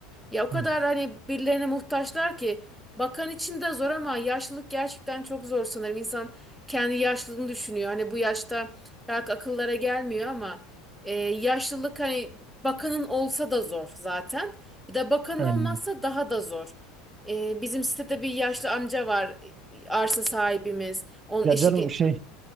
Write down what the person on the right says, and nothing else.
Hmm.
Yani,
ya
canım
şey